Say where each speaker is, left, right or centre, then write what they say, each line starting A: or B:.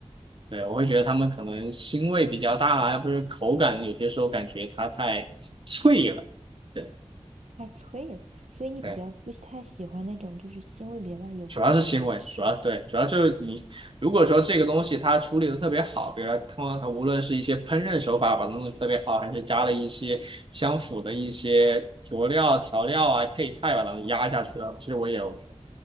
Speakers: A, on the right; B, on the right.
A: 对，我会觉得他们可能腥味比较大啊，要不是口感呢，有些时候感觉它太脆了。对，
B: 太脆了，所以你比较不太喜欢那种就是腥味比较大、
A: 对。
B: 有味道的食物。
A: 主要是行为，主要对，主要就是你如果说这个东西它处理的特别好，比如说通常它无论是一些烹饪手法把它弄得特别好，还是加了一些相符的一些佐料、调料啊、配菜把它们压下去了，其实我也 OK。